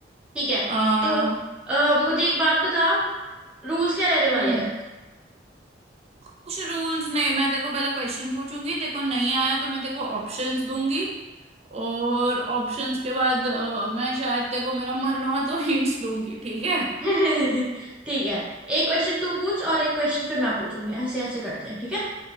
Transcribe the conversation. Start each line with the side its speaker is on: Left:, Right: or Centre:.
Centre: ठीक है
Right: आ,
Centre: तो अ, मुझे एक बात बता रूल्स क्या रहने वाले
Right: हम्म
Centre: हैं
Right: कुछ रूल्स नहीं मैं तेरे को पहले क्वेश्चन पूछूंगी तेरे को नहीं आया तो मैं तेरे को ऑप्शंस दूंगी और ऑप्शंस के बाद अ, मैं शायद तेरे को मेरा मन हुआ तो हिंट्स दूंगी ठीक है
Centre: <laughs> ठीक है एक क्वेश्चन तू पूछ और एक क्वेश्चन फिर मैं पूछूंगी ऐसे ऐसे करते हैं ठीक है